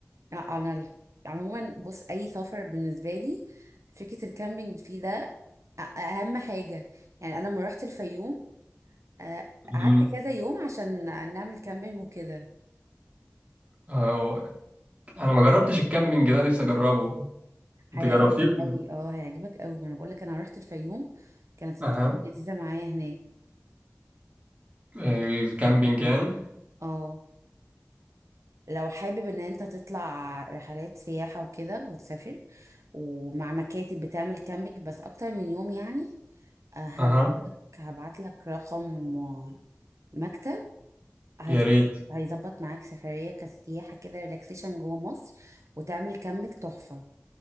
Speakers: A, on the right (about 70°); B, on the right (about 25°).
A: آه، انا ال- عموما بص اي سفر بالنسبه لي فكره الكامبينج فيه ده أ- اهم حاجه يعني انا لما رحت الفيوم آه،
B: مهم.
A: قعدت كذا يوم عشان نعمل كامبينج وكده
B: أهو، انا ما جربتش الكامبينج ده نفسي اجربه
A: هيعجبك
B: انت جربتيه ولا
A: قوي
B: لأ؟
A: اه هيعجبك قوي ما انا بقول لك انا رحت الفيوم كانت
B: اها
A: الدنيا لذيذه معايا هناك
B: الكامبينج يعني
A: اه لو حابب ان انت تطلع رحلات سياحة وكده وتسافر ومع مكاتب بتعمل كامبينج بس اكتر من يوم يعني آه، هبعت
B: اها
A: لك هبعت لك رقم آه، مكتب هيظبط
B: يا ريت
A: هيظبط معاك سفرية كسياحة كده ريلاكسيشن جوه مصر وتعمل كامبينج تحفة